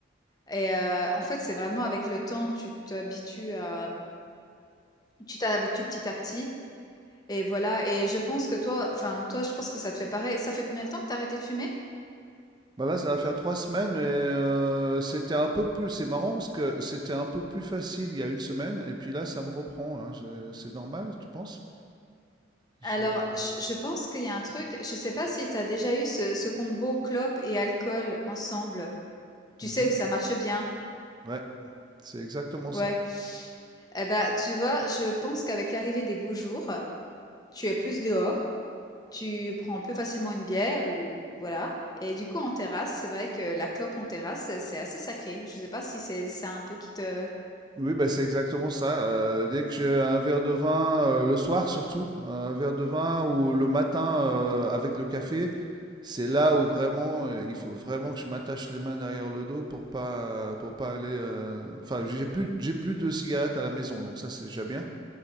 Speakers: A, on the left; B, on the right.
A: et heu, en fait, c'est vraiment avec le temps, tu t'habitues à tu t'habitues petit à petit et voilà et je pense que toi enfin, toi, je pense que ça te fait pareil. Ça fait combien de temps que t'as arrêté de fumer?
B: Bah là, ça va faire trois semaines, mais euh, c'était un peu plus. C'est marrant parce que c'était un peu plus facile il y a une semaine, et puis là, ça me reprend. là. Je- C'est normal, tu penses? J'ai-
A: Alors, je je pense qu'il y a un truc, je sais pas si tu as déjà eu ce ce combo clope et alcool ensemble. Tu
B: Mhm.
A: sais, où ça marche bien?
B: Ouais, c'est exactement ça.
A: Ouais. Eh ben, tu vois, je pense qu'avec l'arrivée des beaux jours, tu es plus dehors, tu prends plus facilement une bière ou voilà. Et du coup, en terrasse, c'est vrai que la clope en terrasse, c'est assez sacré. Je sais pas si c'est ça un peu qui te
B: Oui, bah, c'est exactement ça, heu, dès que j'ai un verre de vin, heu, le soir surtout, un verre de vin ou le matin, heu, avec le café, c'est là où vraiment, heu, il faut vraiment que je m'attache les mains derrière le dos pour pas pour pas aller, heu enfin j'ai plus j'ai plus de cigarettes à la maison, donc ça c'est déjà bien,